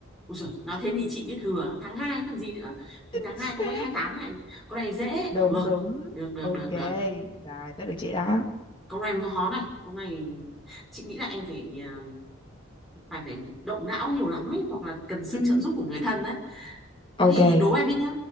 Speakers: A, in the centre; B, on the left.
A: ui giời, nói thế thì chị biết thừa, tháng 2 còn gì nữa. Vì
B: Chính
A: tháng 2
B: xác.
A: có mỗi hai tám này, câu này dễ.
B: Đúng
A: Được,
B: đúng.
A: được, được,
B: Ok,
A: được, được.
B: rồi tới lượt chị đó.
A: câu này nó khó này câu này chị nghĩ là em phải ờ, phải phải động não nhiều lắm ấy hoặc là cần sự
B: Ừ.
A: trợ giúp của người thân đấy thế
B: Ok.
A: thì đố em biết nhá